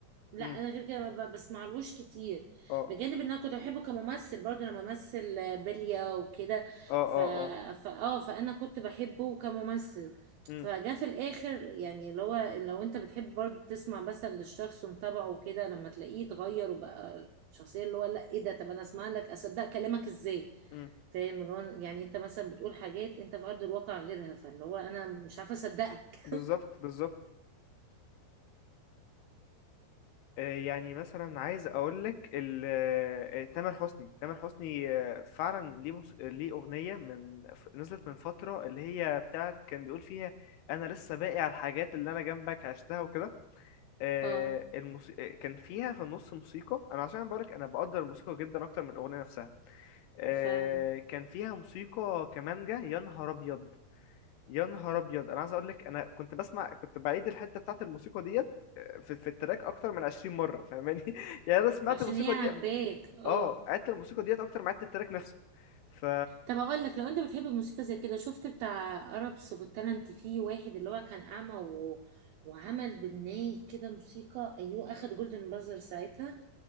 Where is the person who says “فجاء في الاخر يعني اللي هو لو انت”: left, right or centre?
Right